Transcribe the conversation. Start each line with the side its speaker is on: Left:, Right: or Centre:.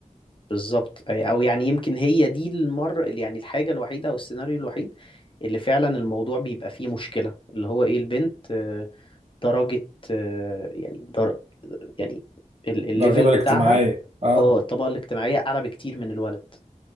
Left: بالظبط أي- او يعني يمكن هي دي المرة اللي- يعني الحاجة الوحيدة او السيناريو الوحيد اللي فعلا الموضوع بيبقى فيه مشكلة اللي هو ايه البنت آه، درجة آه، يعني در... يعني ال- الليفل
Right: الدرجات
Left: بتاعها
Right: الاجتماعية اه
Left: اه الطبقة الاجتماعية أعلى بكتير من الولد